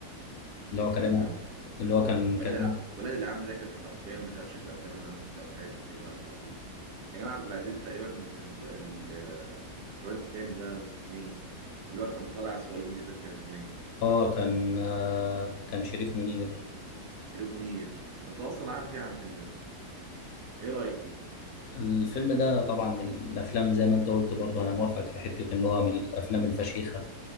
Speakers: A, on the left; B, on the right.
A: اللي هو كريم
B: فيها
A: عبد- اللي هو كان كريم
B: ولاد الع...
A: عبد-
B: ولاد العم ده كان حرفيا من افشخ الافلام اللي انا شفتها في حياتي كريم عبد العزيز كريم عبد العزيز تقريبا ال... ال... الواد التاني ده اسمه ايه اللي هو كان طالع اسرائيلي ده كان اسمه ايه
A: اه كان آه كان شريف منير
B: شريف منير انت اصلا عارف ايه عن الفيلم ده ايه رايك فيه
A: الفيلم ده طبعا من الافلام زي ما انت قلت برضو انا موافقك في حته ان هو من الافلام الفشيخه